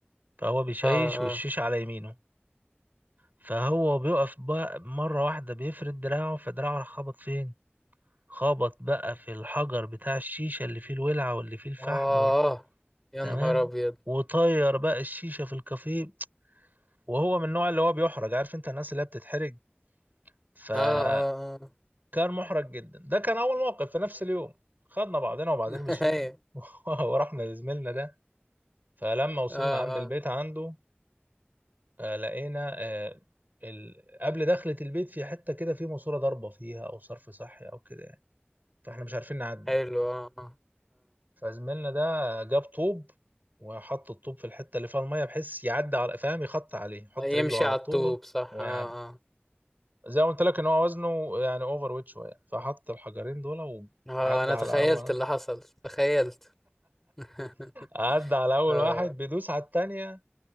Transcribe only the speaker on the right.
فهو بيشيش
والشيش على يمينه فهو بيقف بقى مرة واحدة بيفرد دراعه فدراعه راح خبط فين خبط بقى في الحجر بتاع الشيشة اللي فيه الولعة واللي فيه الفحم
وال...
تمام
وطير بقى الشيشة في الكافيه وهو من النوع اللي هو بيحرج عارف انت الناس اللي هي بتتحرج فكان
محرج جدا ده كان اول موقف في نفس اليوم خدنا بعضنا وبعدين
مشينا
<laughs> ورحنا لزميلنا ده فلما وصلنا
عند البيت
عنده آه، لقينا آه، ال... قبل دخلة البيت في حتة كده في ماسورة ضاربة فيها أو صرف صحي أو كده يعني فإحنا مش عارفين نعدي
فزميلنا ده جاب طوب وحط الطوب في الحتة اللي فيها المية بحيث يعدي على فاهم يخط عليه يحط
رجله على
الطوبة
ويعدي
زي ما قلت لك إن هو وزنه يعني أوفر ويت شوية فحط الحجرين دول
وعدى
على
أول
عدى على أول
واحد بيدوس على التانية